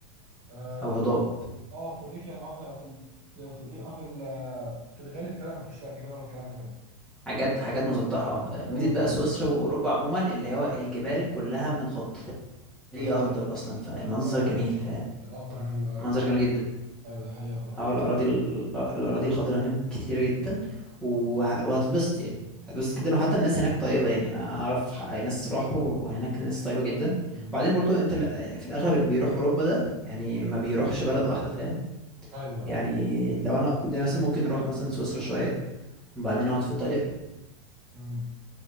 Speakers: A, on the right; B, in the centre.
A: مثلا
B: أو هضاب
A: اه في الريف يعني اه في في, ال- في في- بيبقى في ال- في الغالب فعلا ما فيش لا جبال ولا الكلام ده فعلا
B: حاجات حاجات مسطحة اه
A: اه
B: ميزة بقى
A: بال-
B: سويسرا وأوروبا عموما اللي هو الجبال كلها متغطية
A: ده حقيقة
B: أخضر
A: فعلا
B: أصلا فالمنظر
A: اه هو
B: جميل
A: ال-
B: فاهم؟
A: الاخضر هناك بيبقى
B: منظر
A: كتير
B: جميل
A: أوي
B: جدا
A: فعلا. ايوه ده حقيقة فعلا
B: اه الاراضي الاراضي الخضراء هناك كتيرة جدا وه- وهتتبسط يعني هتتبسط جدا وحتى الناس هناك طيبة يعني انا اعرف ح- ناس راحوا وهناك الناس طيبة جدا
A: امم
B: وبعدين برضو انت ال- في الاغلب اللي بيروح اوروبا ده يعني ما بيروحش بلد واحدة فاهم
A: ايوه
B: يعني
A: ايوه
B: لو انا ده مثلا ممكن اروح مثلا سويسرا شوية وبعدين اقعد في ايطاليا
A: امم